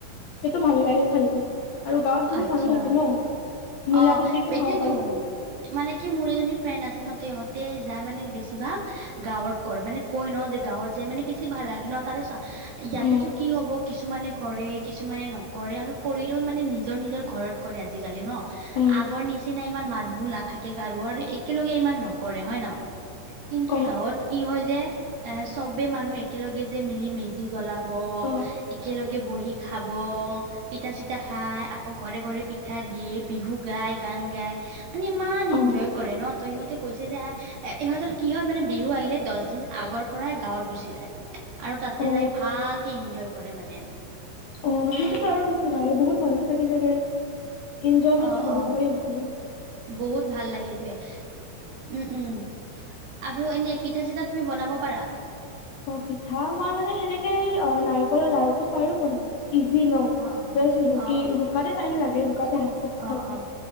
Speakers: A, on the left; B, on the right.
A: সেইটো ভাল লাগে খাই খাই আৰু গাঁৱত বহুত
B: আচ্ছা
A: মানুহ থাকে ন। মিলা
B: অ
A: প্ৰীতিকে খাব
B: এটোৱেতো
A: পাৰো
B: মানে কি মোৰ এজনী ফ্ৰেণ্ড আছে ন তিহঁত যাই মানে বেছি ভাগ গাঁৱত কৰে মানে কৈ ন যে গাঁৱত যে মানে বেছি ভাল লাগে ন, তাৰে চোৱা ইয়াতেটো
A: অ
B: কি হ'ব কিছু কিছুমানে কৰে কিছুমানে নকৰে আৰু কৰিলেও মানে নিজৰ নিজৰ ঘৰত কৰে আজিকালি ন? আগৰ
A: অ
B: নিচিনা ইমান মাত বোল নাথাকে কাৰো আৰু একেলগে ইমান নকৰে, হয় ন? কিন্তু
A: অ
B: গাঁৱত কি হয় যে এ চবে মানুহ একেলগে যে মিলি মেজি জলাব
A: অ অ
B: একেলগে বহি খাব পিঠা চিঠা খাই আকৌ ঘৰে ঘৰে পিঠা দিয়ে। বিহু গাই গান গাই। মানে ইমান
A: অ অ
B: এনজয় কৰে ন ত ইহঁতে কৈছে যে এ এ ইহঁতৰ কি হয় মানে বিহু আহিলে দছ দিন আগৰ পৰাই গাঁৱত গুচি যায় আৰু তাতে
A: অ
B: যাই ভালকে এনজয় কৰে মানে।
A: অ সেইটোত আৰু বেছি ভাল বহুত মানুহ থাকে চাগে। এনজয়মেন্টটো
B: অ
A: বহুত
B: অ
A: বঢ়ি হতে
B: বহুত ভাল লাগে এইটোৱে উম উম আৰু এনে পিঠা চিঠাত তুমি বনাব পাৰা?
A: অ পিঠা মই মানে সেনেকে নাৰিকলৰ লাৰুটো পাৰো বনাব। ইজি ন
B: অ অ
A: জাচ ৰুকি
B: অ
A: ৰুকাটে টাইম লাগে। ৰুকাতে হাত চাত বিষাই
B: অ
A: যায়
B: অ